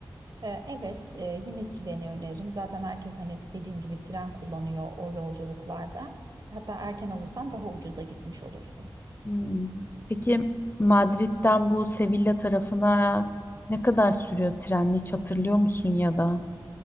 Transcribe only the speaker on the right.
Ee, Evet, e, yine treni öneririm. Zaten herkes hani dediğim gibi tren kullanıyor o yolculuklarda. Hatta erken alırsan daha ucuza gitmiş olursun.